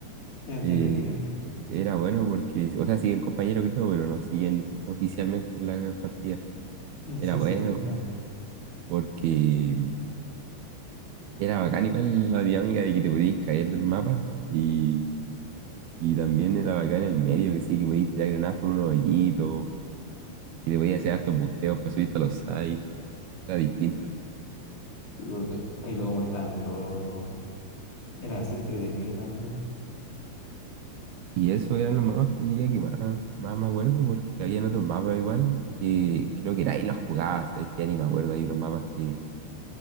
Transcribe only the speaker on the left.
Era entretenido.
Es
ese
Wingman.
Y gordo, Ay, luego como tan roto. Era así entretenido también.